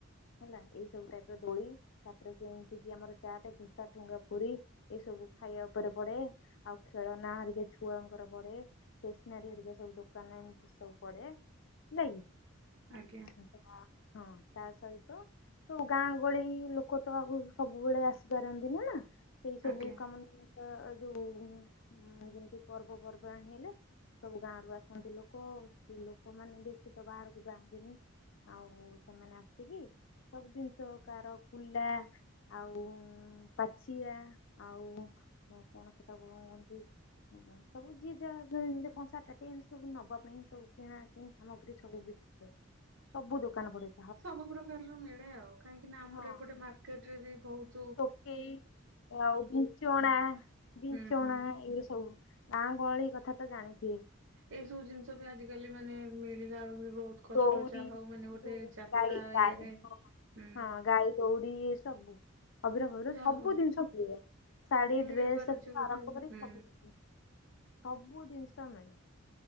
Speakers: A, on the left; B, on the right.
A: ହେଲା ଏଇସବୁ ଟାଇପର ଦୋଳି ତାପରେ ସେ ଏମିତି କି ଆମର ଚାଟ, ଦୋସା, ଠୁଙ୍କାପୁରି ଏସବୁ ଖାଇବା ଉପରେ ପଡେ ଆଉ ଖେଳନା ହେରିକା ଛୁଆଙ୍କର ପଡେ ଷ୍ଟେସନାରୀ ହେରିକା ସବୁ ଦୋକାନରେ ଏମିତି ସବୁ ପଡେ ନାଇକି,
B: ଆଜ୍ଞା
A: ଭାତ ତା ସହିତ ତ ଗାଁ ଗହଳି ଲୋକ ତ ଆଉ ସବୁବେଳେ ଆସିପାରନ୍ତିନି ନା। ସେଇ ସବୁ
B: ଆଜ୍ଞା।
A: <unintelligible> ଯୋଉ ଯେମିତି ପର୍ବ ପର୍ବାଣି ହେଲେ, ସବୁ ଗାଁରୁ ଆସନ୍ତି ଲୋକ କି ଲୋକ ମାନେ ବେଶୀ ତ ବାହାରକୁ ଯାଆନ୍ତିନି। ଆଉ ସେମାନେ ଆସିକି ସବୁ ଜିନିଷ କାହାର କୁଲା ଆଉ ପାଛିଆ ଆଉ କଣ ସେଟାକୁ କଣ କହଁନ୍ତି? ଓ ସବୁ ଯିଏ ଯାହା ଯାଉ କଂସା ତାଟିଆ ଏମତି ସବୁ ନବା ପାଇଁ ସବୁ କିଣା କିଣି ସାମଗ୍ରୀ ସବୁ ବିକ ସବୁ ଦୋକାନ ପଡେ।
B: ସବୁ ପ୍ରକାରର ମିଳେ ଆଉ କାହିଁକି ନା ଆମର
A: ହଁ
B: ଏପଟେ
A: ହଁ।
B: ମାର୍କେଟ ରେ ବି ବହୁତ୍
A: ଟୋକେଇ ଆଉ ବିଞ୍ଚଣା
B: ହଁ
A: ବିଞ୍ଚଣା
B: ହୁଁ ହୁଁ।
A: ଏଇ ସବୁ ଗାଁ ଗହଳି କଥାତ ଜାଣିଥିବେ।
B: ଏଇ ସବୁ ଜିନିଷ ବି ଆଜିକାଲି ମାନେ ମିଳିଲା ବେଳକୁ ବହୁତ୍ କଷ୍ଟ
A: ଦଉରି
B: ଯାହା ହଉ ମାନେ ଗୋଟେ
A: ଯୋଉ
B: ଯାତ୍ରା
A: ଗାଈ ଗାଈ
B: ଇଏରେ ହୁଁ
A: ହଁ ଗାଈ ଦୋଉଡି ଏସବୁ ଅବିର ଫବିର
B: ଯାହା
A: ସବୁ
B: ହଉ
A: ଜିନିଷ ମିଳେ। ଶାଢୀ
B: ମିଳି
A: ଡ୍ରେସଠୁ
B: ପାରୁଛି ଗୋଟେ
A: ଆରମ୍ଭ କରି
B: ହୁଁ
A: ସବୁ ଜିନିଷ ସବୁ ଜିନିଷ ମିଳେ